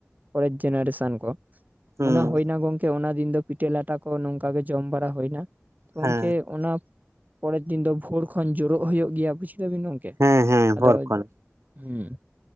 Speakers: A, on the right; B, on the right.
A: ᱯᱚᱨᱮᱡ ᱡᱮᱱᱟᱨᱮᱥᱚᱱ ᱠᱚ
B: ᱦᱩᱸ
A: ᱚᱱᱟ ᱦᱳᱭᱱᱟ ᱜᱚᱢ ᱠᱮ ᱚᱱᱟ ᱫᱤᱱ ᱫᱚ ᱯᱤᱴᱟᱹ ᱞᱟᱴᱟ ᱠᱚ ᱱᱚᱝᱠᱟ ᱜᱮ ᱡᱚᱢ ᱵᱟᱲᱟ ᱦᱳᱭᱱᱟ ᱜᱚᱝᱠᱮ
B: ᱦᱮᱸ
A: ᱚᱱᱟ ᱾ ᱯᱚᱨᱮᱨ ᱫᱤᱱ ᱫᱚ ᱵᱷᱳᱨ ᱠᱷᱚᱱ ᱡᱳᱨᱚᱜ ᱦᱳᱭᱳᱜ ᱜᱮᱭᱟ ᱵᱩᱡ ᱫᱟᱵᱤᱱ ᱜᱚᱢᱠᱮ
B: ᱦᱮᱸ ᱦᱮᱸ
A: ᱟᱫᱚ
B: ᱵᱷᱳᱨ ᱠᱷᱚᱱ
A: ᱦᱩᱸ ᱾